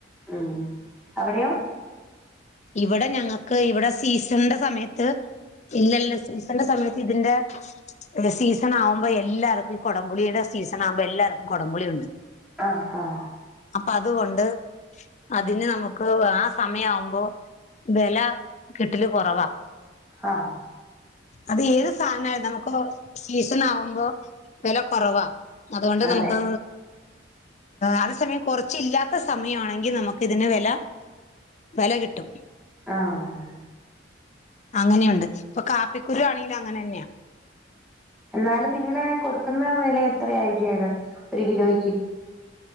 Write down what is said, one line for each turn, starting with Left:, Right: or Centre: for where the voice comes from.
Centre: ആഹ് അവിടെയോ
Left: ഇവിടെ ഞങ്ങക്ക് ഇവിടെ സീസൺന്റെ സമയത്ത് ഇല്ല ഇല്ല സീസന്റെ സമയത്ത് ഇതിന്റെ സീസൺ ആവ്മ്പോ എല്ലാർക്കും ഈ കുടംപുളിയുടെ സീസൺ ആവ്മ്പോ എല്ലാർക്കും കുടംപുളിയുണ്ട്
Centre: ആഹ് ആഹ്
Left: അപ്പൊ അതുകൊണ്ട് അതിന് നമുക്ക് ആ സമയാവുമ്പോ വെല കിട്ടല് കുറവാ
Centre: ആഹ്
Left: അത് ഏത് സാധനായാലും നമുക്ക് സീസൺ ആവുമ്പോ വില കുറവാ, അതുകൊണ്ട് നമുക്ക്,
Centre: അതെ
Left: അതെ സമയം കുറച്ചില്ലാത്ത സമയമാണെങ്കിൽ നമുക്ക് ഇതിന് വില, വെല കിട്ടും,
Centre: ആഹ്,
Left: അങ്ങനെയുണ്ട് ഇപ്പൊ കാപ്പിക്കുരു ആണെങ്കിലും അങ്ങനെ തന്നെയാ,
Centre: എന്നാലും നിങ്ങളേ കൊടുക്കുന്ന വില എത്രയായിരിക്കും അത് ഒരു കിലോയ്ക്ക്,